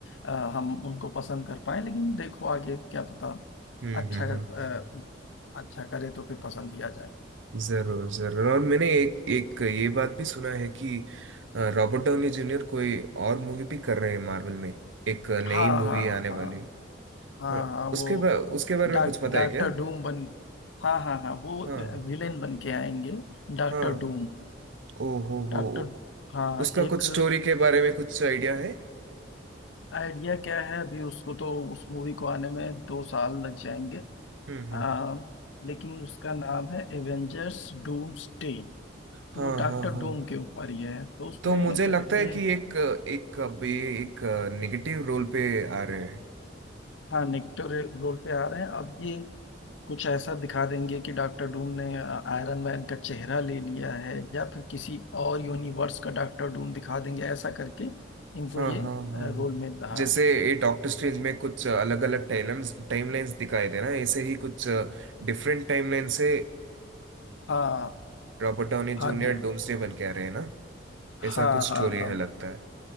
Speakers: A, on the left; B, on the right.
A: अ, हम उनको पसंद कर पाए लेकिन देखो आगे क्या पता
B: हम्म
A: अच्छा
B: हम्म
A: अ,
B: हम्म
A: अच्छा करे तो फिर पसंद ही आ जाए
B: जरूर जरूर और मैंने एक एक ये बात भी सुना है कि अ, रॉबर्ट डाउनी जूनियर कोई और मूवी भी कर रहे हैं मार्वल में एक
A: हाँ
B: नई मूवी
A: हाँ
B: आने वाली
A: हाँ हाँ
B: हाँ,
A: हाँ वो
B: उसके बा, उसके
A: वो
B: बारे
A: डॉक
B: में कुछ पता
A: डॉक्टर
B: है क्या
A: डूम बन हाँ हाँ हाँ वो
B: हाँ हाँ
A: विलेन बन के आएंगे Doctor
B: हाँ
A: Doom
B: ओ हो हो
A: डॉक्टर हाँ
B: उसका
A: एक
B: कुछ स्टोरी के बारे में कुछ आइडिया है
A: आइडिया क्या है अभी उसको तो उस मूवी को आने में दो साल लग जाएंगे
B: हम्म हम्म
A: आ, लेकिन उसका नाम है एवेंजर्स डूम्स डे
B: हाँ
A: तो वो डॉक्टर
B: हाँ हाँ
A: डूम के ऊपर ही है तो उसमें
B: तो मुझे लगता है
A: ये
B: कि एक एक अभी एक नेगेटिव रोल पे आ रहे हैं
A: हाँ नेगेटिव रोल पे आ रहे हैं अब ये कुछ ऐसा दिखा देंगे कि डॉक्टर डूम ने आयरन मैन का चेहरा ले लिया है या फिर किसी और यूनिवर्स का डॉक्टर डूम दिखा देंगे ऐसा करके इनको
B: हाँ
A: ये
B: हाँ हाँ
A: रोल
B: हाँ
A: मिल रहा
B: जैसे
A: है
B: ये डॉक्टर स्ट्रेंज में कुछ अलग अलग टाइमलाइंस टाइमलाइंस दिखाए थे ना ऐसे ही कुछ डिफरेंट टाइमलाइन से
A: हाँ
B: रॉबर्ट डाउनी
A: हाँ
B: जूनियर
A: दि-
B: डोम्सडे बन के आ रहे हैं ना ऐसा
A: हाँ
B: कुछ
A: हाँ
B: स्टोरी
A: हाँ
B: है लगता है